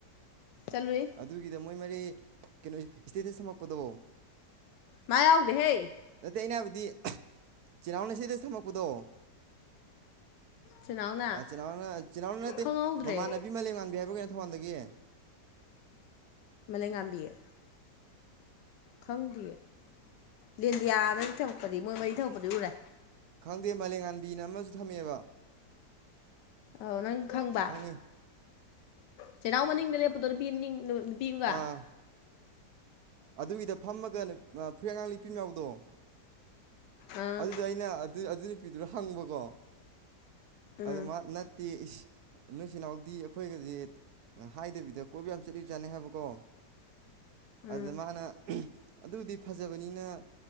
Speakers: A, on the left; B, on the right.
A: ꯆꯠꯂꯨꯏ
B: ꯑꯗꯨꯒꯤꯗ ꯃꯣꯏ ꯃꯔꯤ ꯀꯣ ꯏꯁꯇꯤꯇꯤ ꯁꯝꯃꯛꯄꯗꯣ
A: ꯃꯥꯎꯒꯦ ꯍꯩ
B: ꯑꯗꯩ ꯑꯩꯅ ꯍꯥꯏꯕꯗꯤ ꯆꯤꯜꯅꯥꯎꯅ ꯑꯁꯤꯗ ꯊꯝꯃꯛꯄꯗꯣ
A: ꯁꯨꯅꯥꯎꯅ
B: ꯑꯤ ꯏꯅꯥ ꯆꯤꯜꯍꯎ ꯅꯠꯇꯦ
A: ꯈꯪꯍꯧꯗ꯭ꯔꯦ
B: ꯃꯃꯥꯟꯅꯕꯤ ꯃꯥꯂꯦꯝ ꯉꯥꯟꯕꯤ ꯍꯥꯏꯕ ꯀꯩꯅꯣ ꯊꯕꯣꯟꯗꯒꯤ
A: ꯃ ꯂꯩ ꯉꯥꯝꯕꯤꯌꯦ ꯈꯪꯗ꯭ꯔꯤꯌꯦ ꯂꯦꯟꯗꯤꯌꯥꯗꯒꯤ ꯊꯧꯂꯛꯄꯗꯤ ꯃꯣꯏ ꯃꯔꯤ ꯊꯕꯛꯄꯗꯤ ꯎꯔꯦ
B: ꯈꯪꯗꯦ ꯃꯂꯉꯥꯟꯕꯤꯅ ꯑꯃꯁꯨ ꯊꯝꯃꯦꯕ
A: ꯑ ꯅꯪ ꯈꯪꯕ
B: ꯈꯪꯉꯤ
A: ꯆꯤꯅꯥꯎ ꯃꯅꯤꯡꯗ ꯂꯦꯞꯄꯗꯣ ꯄ ꯕꯤꯒꯥ
B: ꯑꯥ ꯑꯗꯨꯒꯤꯗ ꯐꯝꯃꯒ ꯐꯨꯔꯤ ꯑꯉꯥꯡ ꯂꯤꯄꯤꯝ ꯌꯥꯎꯗꯣ
A: ꯑꯥ
B: ꯑꯗꯨꯗ ꯑꯩꯅ ꯑꯗꯨ ꯑꯗꯨ ꯅꯨꯄꯤꯗꯨꯗꯣ ꯍꯪꯕꯀꯣ ꯑꯗꯨ
A: ꯎꯝ
B: ꯅꯠꯇꯦ ꯅꯣꯏꯆꯜꯅꯥꯎꯗꯤ ꯑꯩꯈꯣꯏꯒꯁꯦ ꯍꯥꯏꯗꯕꯤꯗ ꯀꯣꯏꯕ ꯌꯥꯝ ꯆꯠꯂꯤꯕ ꯆꯥꯠꯅꯤ ꯍꯥꯏꯕꯀꯣ
A: ꯎꯝ
B: ꯑꯗꯨꯗ ꯃꯥꯅ ꯑꯗꯨꯗꯤ ꯐꯖꯕꯅꯤꯅ